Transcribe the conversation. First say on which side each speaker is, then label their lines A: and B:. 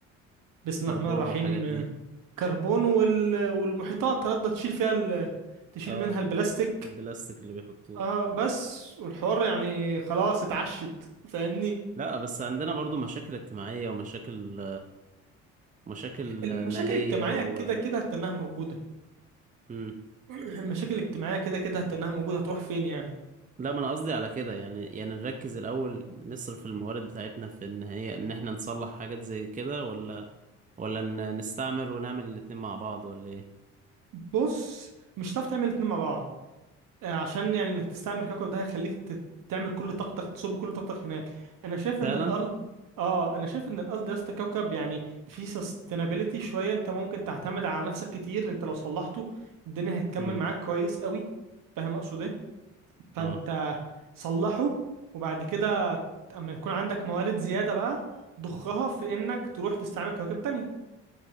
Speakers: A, on the right; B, on the right.
A: بسم
B: كربون
A: الله الرحمن الرحيم
B: والحاجات دي
A: كربون وال... والمحيطات تقدر تشيل فيها ال... تشيل
B: اه
A: منها البلاستيك
B: البلاستيك اللي بيحطوه
A: اه بس والحوار يعني خلاص اتعشت فاهمني
B: لا بس عندنا برضو مشاكل اجتماعية ومشاكل مشاكل
A: المشاكل
B: مالية
A: الاجتماعية
B: و
A: كده كده هتنها موجودة
B: مم.
A: <clears throat> المشاكل الاجتماعية كده كده هتنها موجودة هتروح فين يعني
B: لا ما انا قصدي على كده يعني يعني نركز الاول نصرف الموارد بتاعتنا في ان هي ان احنا نصلح حاجات زي كده ولا ولا ن- نستعمر ونعمل الاتنين مع بعض ولا ايه
A: بص مش هتعرف تعمل الاتنين مع بعض آه، عشان يعني انك تستعمر كوكب ده هيخليك ت- تعمل كل طاقتك تصب كل طاقتك هناك انا شايف
B: فعلا
A: ان الارض اه انا شايف ان الارض يا اسطى كوكب يعني فيه sustainability شويه انت ممكن تعتمد على نفسك كتير انت لو صلحته الدنيا هتكمل
B: امم
A: معاك كويس قوي فاهم اقصد ايه فانت
B: اه
A: صلحه وبعد كده اما يكون عندك موارد زياده بقى ضخها في انك تروح تستعمل كواكب تانية